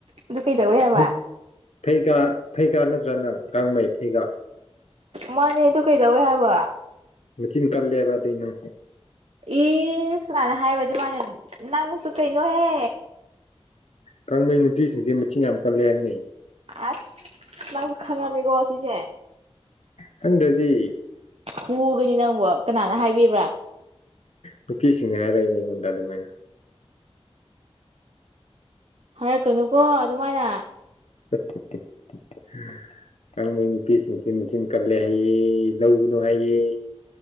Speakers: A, on the right (about 65°); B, on the left (about 80°).
A: ꯑꯗꯨ ꯀꯩꯗꯧꯋꯦ ꯍꯥꯏꯕ
B: ꯊ ꯊꯩꯒ ꯊꯩꯒ ꯅꯗ꯭ꯔ ꯅꯪ ꯀꯥꯡꯃꯩ ꯊꯩꯒ
A: ꯃꯥꯅꯦ ꯑꯗꯨ ꯀꯩꯗꯧꯋꯦ ꯍꯥꯏꯕ
B: ꯃꯆꯤꯟ ꯀꯜꯂꯦꯕ ꯑꯗꯨꯏ ꯅꯪꯁꯦ
A: ꯏꯁ ꯀꯅꯥꯅ ꯍꯥꯏꯕ ꯑꯗꯨꯃꯥꯏꯅ ꯅꯪꯁꯨ ꯀꯩꯅꯣꯍꯦ
B: ꯀꯪꯕꯩ ꯅꯨꯄꯤꯁꯤꯡꯁꯦ ꯃꯆꯤꯟ ꯌꯥꯝ ꯀꯜꯂꯦ ꯍꯥꯏꯕꯅꯦ
A: ꯑꯁ ꯅꯡꯁꯨ ꯈꯪꯉꯝꯃꯦ <unintelligible>
B: ꯈꯪꯗ꯭ꯔꯗꯤ
A: ꯍꯨꯒꯅꯤ ꯅꯪꯕꯣ ꯀꯅꯥꯅ ꯍꯥꯏꯕꯤꯕ꯭ꯔꯥ
B: ꯅꯨꯄꯤꯁꯤꯡꯅ ꯍꯥꯏꯔꯛꯏꯅꯦ ꯑꯩꯉꯣꯟꯗ ꯑꯗꯨꯃꯥꯏꯅ
A: ꯍꯥꯏꯔꯛꯀꯅꯨꯀꯣ ꯑꯗꯨꯃꯥꯏꯅ
B: <inaudible> ꯀꯥꯡꯃꯩ ꯅꯨꯄꯤꯁꯤꯡꯁꯤ ꯃꯦꯆꯤꯟ ꯀꯜꯂꯦ ꯍꯥꯏꯌꯦ ꯂꯧꯒꯅꯨ ꯍꯥꯏꯌꯦ